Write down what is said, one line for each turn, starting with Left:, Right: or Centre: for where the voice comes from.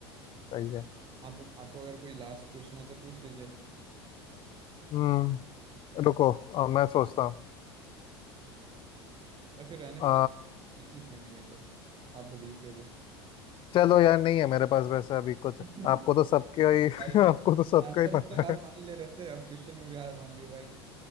Left: सही है
Right: आप आपको अगर कोई लास्ट पूछना तो पूछ लीजिए
Left: हम्म रुको अ, मैं सोचता हूँ
Right: या फिर रहने
Left: अ,
Right: भी देंगे नहीं पूछ लेंगे नहीं तो आप बोलिए जो भी
Left: चलो यार नहीं है मेरे पास वैसे अभी कुछ
Right: <laughs>
Left: आपको तो सबके ही
Right: भाई
Left: <laughs> आपको तो सबका
Right: आंसर
Left: ही
Right: में
Left: पता
Right: तो हार
Left: है
Right: मान ही ले रहे थे अब क्वेश्चन में भी हार मान ली भाई